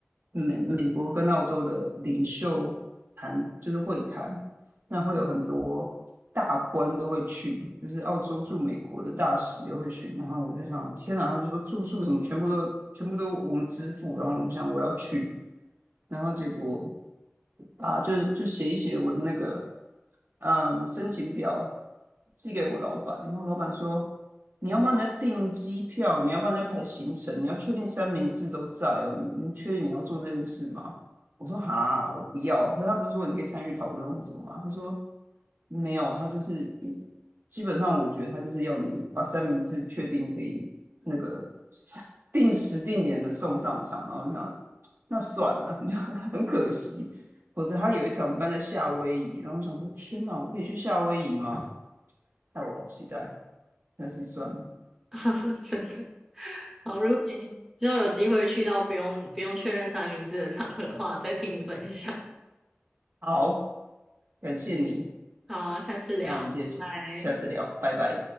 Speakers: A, on the right; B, in the centre.
A: 美美国跟澳洲的领袖谈，就是会谈，那会有很多大官都会去，就是澳洲驻美国的大使也会去。然后我就想，天哪！他们就说住宿什么全部都全部都我们支付。然后我就想我要去，然后结果啊，就是就写一写我的那个嗯申请表，寄给我老板。然后老板说。你要帮人家订机票，你要帮人家排行程，你要确定三明治都在哦。你你确定你要做这件事吗？我说哈，我不要。可是他不是说你可以参与讨论或什么吗？他说没有，他就是基本上我觉得他就是要你把三明治确定可以那个定时定点的送上场，然后这样那算了，<laughs> 你知道很可惜。否则他有一场办在夏威夷，然后我想说天哪，我可以去夏威夷吗？害我好期待，但是算了。
B: <laughs> 真的，好，如果你之后有机会去到不用不用确认三明治的场合的话，再听你分享。
A: 好，感谢你，
B: 好啊下次聊，
A: 那我们接着下下次聊，
B: 拜拜。
A: 拜拜。